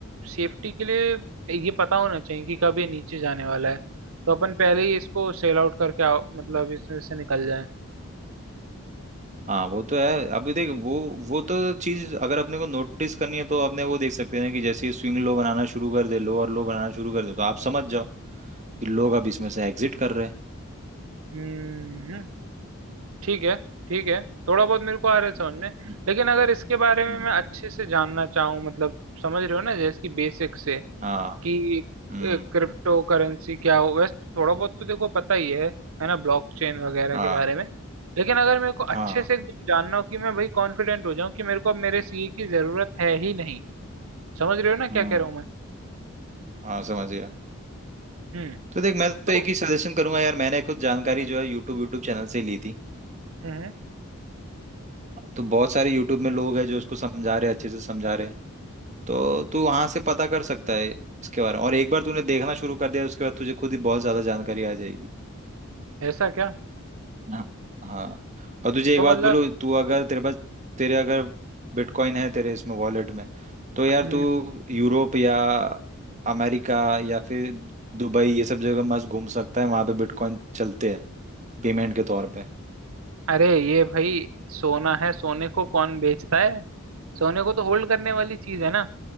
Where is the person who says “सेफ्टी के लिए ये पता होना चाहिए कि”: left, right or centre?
Right